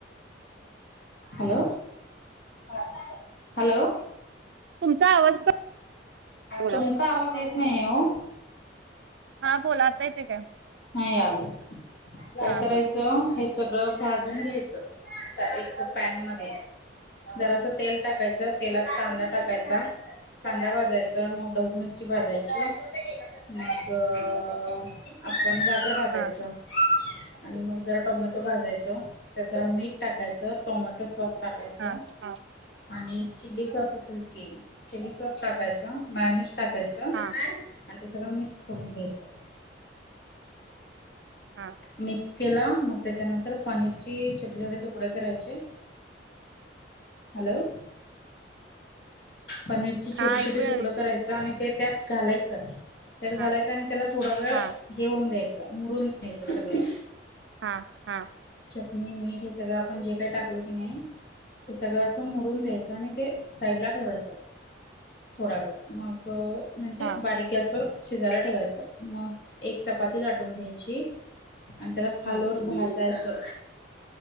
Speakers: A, on the left; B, on the right.
A: हॅलो आच्छा हॅलो
B: तुमचा आवाज कट बघा
A: तुमचा आवाज येत नाही हो
B: हा बोला आता येते काय
A: नाही आल काय
B: हा
A: करायचं
B: बोला
A: हे सग सगळं भाजून घ्यायचं त एक पॅन मध्ये जरास तेल टाकायचं तेलात कांदा टाकायचा कांदा भाजायचा मग डगू मिरची भाजायची मग अ आपण गाजर भाजायचं
B: हा
A: आणि मग जरा टोमॅटो भाजायच त्यात जरा मीठ टाकायचं टोमॅ स्वास् टाकायच
B: हा हा
A: आणि चिली सॉस असेल की चिली सॉस टाकायचा मयनिस टाकायच
B: हा
A: आणि ते सगळं मिक्स करून घ्यायचं
B: हा
A: मिक्स केला मग त्याच्यानंतर पनीरचे छोटे छोटे तुकडे करायचे हॅलो पनीरची छोटी
B: हा ऐकू
A: छोटी
B: यायला
A: तुकडं
B: लागले की
A: करायच
B: बोला
A: आणि ते त्यात घालायचं त्यात घालायचं
B: हा
A: आणि त्याला थोडा वेळ
B: हा
A: हेऊन द्यायचं मुरून घ्यायचं सगळे
B: हा हा
A: चटणी मीठ हे सगळं आपण जे काय टाकलो की नाही ते सगळं असं मोरून द्यायचं आणि ते साईड ठेवायच थोडा वेळ मग म्हणजे
B: हा
A: बारीक गॅसवर शिजायला ठेवायच मग एक चपाती लाटून घ्यायची आणि त्याला खालोवर
B: हम्म
A: भाचायचं